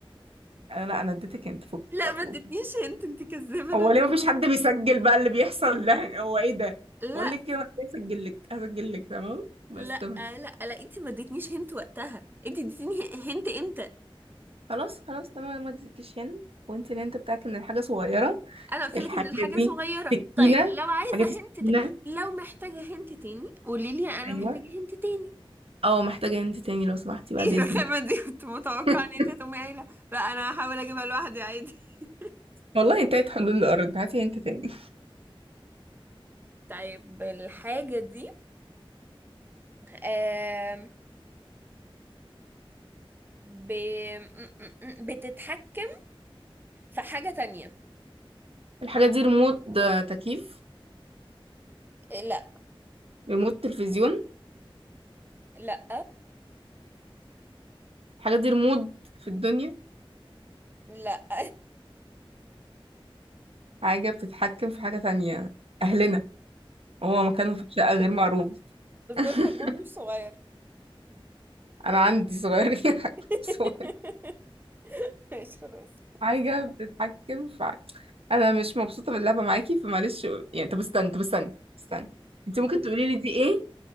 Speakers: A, on the right (about 80°); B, on the right (about 20°).
A: انا لا انا اديتك انت فوق
B: لا ما
A: فوق
B: اديتنيش هنت انت كذابه انا
A: هو
B: اللي
A: ليه مفيش حد بيسجل بقى اللي بيحصل ده هو ايه ده
B: لا
A: بقول لك انا هسجل لك هسجل لك تمام بس
B: لا
A: تمام
B: لا لا انت ما اديتنيش هنت وقتها انت اديتيني هنت امتى
A: خلاص خلاص تمام ما اديتكيش هنا وانت الهنت بتاعك ان الحاجه صغيره
B: انا قلت
A: الحاجه
B: لك ان الحاجه
A: دي
B: صغيره
A: سكينه
B: طيب لو عايزه
A: حاجه دي
B: هنت
A: سكينه
B: ت... لو محتاجه هنت تاني قولي لي انا
A: ايوه
B: محتاجه هنت تاني
A: اه محتاجه هنت تاني لو سمحتي
B: <laughs>
A: بعد
B: ايه
A: اذنك
B: الرخامه دي كنت متوقعه
A: <laughs>
B: ان انت تقومي قايله لا انا هحاول اجيبها لوحدي عادي <laughs>
A: والله انتهت حلول الارض هاتي هنت تاني
B: طيب الحاجة دي آم، ب... م- م- م- بتتحكم في حاجة تانية
A: الحاجه دي ريموت آه، تكييف
B: إيه، لا
A: ريموت تلفزيون
B: لا
A: الحاجه دي ريموت في الدنيا
B: لا <laughs>
A: حاجة بتتحكم في حاجة تانية أهلنا هو مكانهم في الشقة غير معروف
B: بس دول
A: <laughs>
B: حجمهم مش صغير
A: أنا عندي صغيرين <laughs> حاجة
B: <laughs>
A: صغير
B: ماشي خلاص
A: حاجة بتتحكم في حاجة. أنا مش مبسوطة باللعبة معاكي فمعلش يعني طب استنى طب استنى استنى أنت ممكن تقولي لي دي إيه